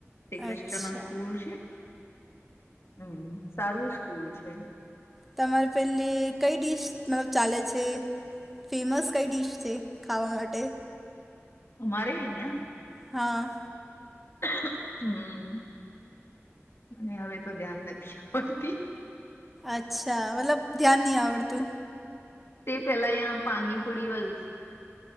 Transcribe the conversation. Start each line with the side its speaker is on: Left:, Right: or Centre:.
Left: તે ક્રિશ્ચન
Centre: અચ્છા
Left: સ્કૂલ છે, હમ સારું સ્કૂલ છે.
Centre: તમારે પેલી કઈ ડીશ મતલબ ચાલે છે. ફેમસ કઈ ડીશ છે, ખાવા માટે
Left: અરે અહીિયા
Centre: હા
Left: હમ મને હવે તો ધ્યાન નથી હોડતી
Centre: અચ્છા મતલબ ધ્યાન નહી આવડતું.
Left: તે પેલા પાણીપુડી <unintelligible>